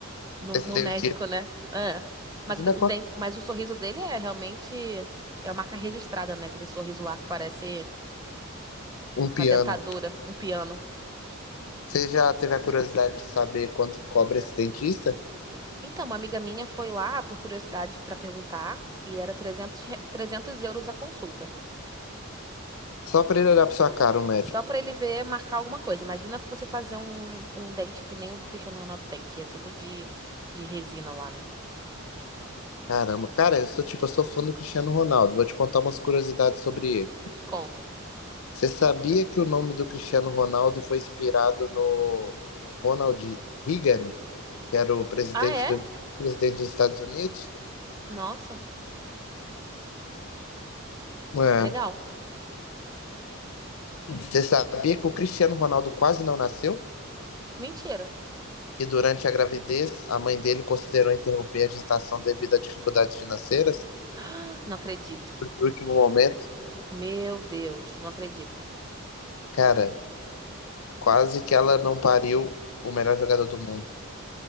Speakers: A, on the right; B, on the left.
A: No,
B: nesse
A: no
B: dentista.
A: médico, né? É. Mas
B: Imagina
A: o, de-
B: quanto
A: o dente, mas o sorriso dele é realmente. É uma marca registrada, né? Aquele sorriso lá que parece
B: um piano.
A: uma dentadura, um piano.
B: Você já teve a curiosidade de saber quanto cobra esse dentista?
A: Então, uma amiga minha foi lá por curiosidade para perguntar e era trezentos re- 300 euros a consulta.
B: Só pra ele olhar pra sua cara, um médico.
A: Só pra ele ver, marcar alguma coisa. Imagina você fazer um, um dente que nem o Cristiano Ronaldo tem, que é tudo de, de resina lá, né?
B: Caramba, cara, eu sou tipo, eu sou fã do Cristiano Ronaldo. Vou te contar umas curiosidades sobre ele.
A: Conta.
B: Você sabia que o nome do Cristiano Ronaldo foi inspirado no Ronald Reagan, que era o presidente,
A: Ah, é?
B: do, presidente dos Estados Unidos?
A: Nossa,
B: É.
A: legal.
B: Você sabia que o Cristiano Ronaldo quase não nasceu?
A: Mentira. <gasps>
B: E durante a gravidez, a mãe dele considerou interromper a gestação devido a dificuldades financeiras?
A: Ah, Não acredito.
B: No último momento,
A: Meu Deus, não acredito.
B: cara, quase que ela não pariu o melhor jogador do mundo.